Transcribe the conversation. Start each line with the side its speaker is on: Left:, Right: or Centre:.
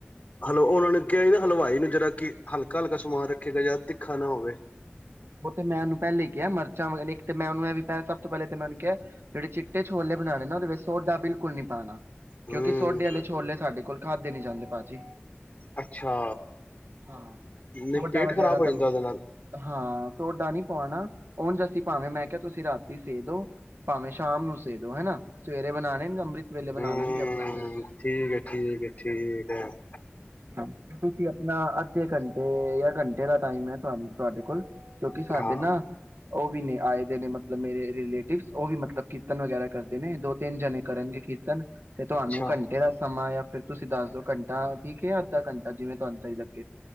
Left: ਹੈਲੋ ਉਹਨਾਂ ਨੇ ਕਿਹਾ ਹੀ ਨਾ ਹਲਵਾਈ ਨੂੰ ਜਿਹੜਾ ਕਿ ਹਲਕਾ ਹਲਕਾ ਸਮਾਨ ਰੱਖੇਗਾ ਜਿਹੜਾ ਤਿੱਖਾ ਨਾ ਹੋਵੇ।
Right: ਉਹ ਤੇ ਮੈਂ ਉਨੂੰ ਪਹਿਲੇ ਹੀ ਕਿਹਾ ਮਿਰਚਾਂ ਇੱਕ ਮੈਨੂੰ ਇਹ ਵੀ ਸਭ ਤੋਂ ਪਹਿਲੇ ਤੇ ਮੈਨੂੰ ਕਿਹਾ ਜਿਹੜੇ ਚਿੱਟੇ ਛੋਲੇ ਬਣਾਣੇ ਨੇ ਨਾ ਉਹਦੇ ਵਿੱਚ ਸੋਡਾ ਬਿਲਕੁਲ ਨੀ ਪਾਉਣਾ। ਕਿਉਂਕਿ
Left: ਹੂੰ
Right: ਸੋਡੇ ਆਲੇ ਛੋਲੇ ਲਏ ਸਾਡੇ ਕੋਲ ਖਾਦੇ ਨੀ ਜਾਂਦੇ ਭਾਜੀ।
Left: ਅੱਛਾ
Right: ਹਾਂ
Left: ਨਹੀਂ
Right: ਸੋਡਾ
Left: ਪੇਟ
Right: ਵਗੈਰਾ
Left: ਖ਼ਰਾਬ
Right: ਤਾਂ
Left: ਹੋ ਜਾਂਦਾ ਉਹਦੇ ਨਾਲ।
Right: ਹਾਂ ਸੋਡਾ ਨਹੀਂ ਪਾਉਣਾ ਉਝ ਅਸੀਂ ਭਾਵੇਂ ਮੈਂ ਕਿਹਾ ਤੁਸੀਂ ਰਾਤੀ ਭੇ ਦੋ ਭਾਵੇਂ ਸ਼ਾਮ ਨੂੰ ਹਨਾ ਸਵੇ ਬਣਾਣੇ ਨੇ ਅੰਮ੍ਰਿਤ ਵੇਲੇ ਬਣਾ
Left: ਹਮ
Right: ਲੈਣਗੇ ਆਪਣਾ ਸਵੇਰੇ ਸਵੇਰੇ
Left: ਠੀਕ ਹੈ, ਠੀਕ ਹੈ, ਠੀਕ ਆ।
Right: ਹਾਂਜੀ ਤੁਸੀਂ ਆਪਣਾ ਅੱਧੇ ਘੰਟੇ ਜਾਂ ਘੰਟੇ ਦਾ ਟਾਈਮ ਹੈ ਤੁਹਾਡੇ ਕੋਲ। ਕਿਉਂਕਿ ਸਾਡੇ
Left: ਹਾਂ
Right: ਨਾ ਉਹ ਵੀ ਨੇ ਆਏ ਦੇ ਨੇ ਮਤਲਬ ਮੇਰੇ ਰਿਲੇਟਿਵਸ ਉਹ ਵੀ ਮਤਲਬ ਕੀਰਤਨ ਵਗੈਰਾ ਕਰਦੇ ਨੇ ਦੋ ਤਿੰਨ ਜਣੇ ਕਰਨਗੇ ਕੀਰਤਨ ਤਨ ਤੇ ਤੁਹਾਨੂੰ
Left: ਅੱਛਾ
Right: ਘੰਟੇ ਦਾ ਸਮਾਂ ਜਾਂ ਫੇਰ ਤੁਸੀਂ ਦੱਸ ਦੋ ਘੰਟਾ ਠੀਕ ਹੈ ਅੱਧਾ ਘੰਟਾ ਜਿਵੇ ਤੁਹਾਨੂੰ ਸਹੀ ਲੱਗੇ।